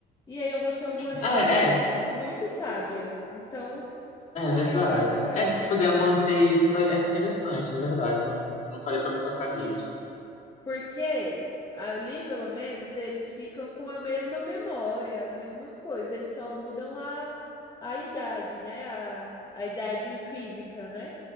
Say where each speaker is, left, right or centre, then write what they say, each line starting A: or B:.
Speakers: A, on the left; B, on the left.
A: E aí eu vou ser uma jovem
B: Ah, é, s-
A: muito sábia. Então,
B: é
A: aí
B: verdade.
A: eu ia ficar,
B: É, se puder manter isso, vai- é interessante, é verdade. Eu Não, não parei pra me tocar nisso.
A: sim, Porque ali, pelo menos, eles ficam com a mesma memória, as mesmas coisas, eles só mudam a, a idade, né? A, a idade física, né?